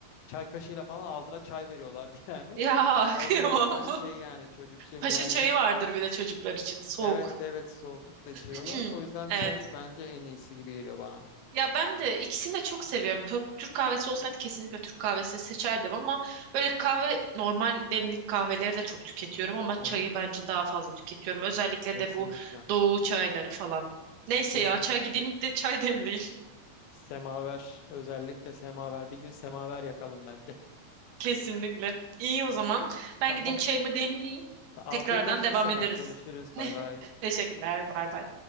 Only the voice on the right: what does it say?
Ya
<laughs>
kıyamam.
Paşa
çayı vardır bir de çocuklar için. Soğuk.
<clears throat>
Evet.
Ya ben de ikisini de çok seviyorum. Türk, Türk kahvesi olsaydı kesinlikle Türk kahvesini seçerdim ama böyle kahve normal demlik kahveleri de çok tüketiyorum ama
çayı
bence daha fazla tüketiyorum. Özellikle
de bu doğu çayları falan. Neyse
ya çay gideyim de çay demleyeyim
<laughs> kesinlikle. İyi o zaman.
Ben
gideyim çayımı demleyeyim.
Tekrardan
devam
ederiz.
<laughs>
Teşekkürler. Bay bay.